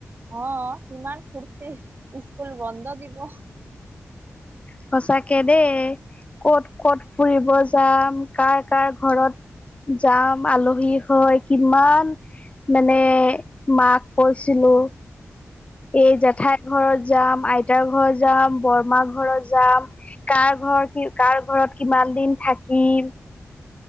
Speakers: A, on the right (about 40°); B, on the left (about 25°).
A: অ', ইমান ফূৰ্তি স্কুল বন্ধ দিব।
B: সচাকে দেই ক'ত-ক'ত ফুৰিব যাম, কাৰ-কাৰ ঘৰত যাম আলহী হৈ কিমান মানে মাক কৈছিলোঁ। এই জেঠাইৰ ঘৰত যাম, আইতাৰ ঘৰত যাম, বৰমাৰ ঘৰত যাম কাৰ ঘৰ কি কাৰ ঘৰত কিমান দিন থাকিম।